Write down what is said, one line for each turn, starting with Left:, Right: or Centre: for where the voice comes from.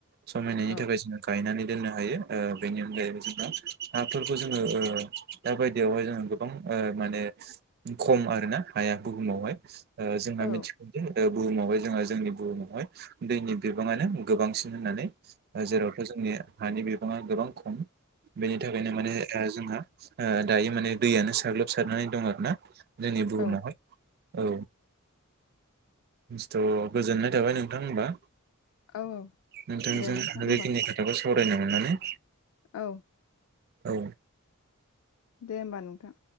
Right: समायनायनि
Left: औ
Right: थाखाय जों गायनानै दोननो हायो। बेनि अनगायैबो जोङो हाफोरखौ जोङो दाबायदियावहाय गोबां माने खम आरोना हाया। बुहुमावहाय जोंना
Left: औ
Right: मिथिगौ बुहुमावहाय जो जोंनि बुहुमावहाय दैनि बिबाङानो गोबांसिन होननानै जेरावथ' जोंनि हानि बिबाङा गोबां खम बेनि थाखायनो माने जोंहा दायो माने दैयानो साग्लोब सारनानै दं आरोना। जोंनि बुहुमावहाय
Left: औ
Right: औ थ' गोजोननाय थाबाय नोंथां होमबा।
Left: औ
Right: नोंथांजों
Left: दे नोंथां होमबा
Right: बेखिनि खोथाखौ सावरायनो मोननानै।
Left: औ।
Right: औ।
Left: दे होमबा नोंथां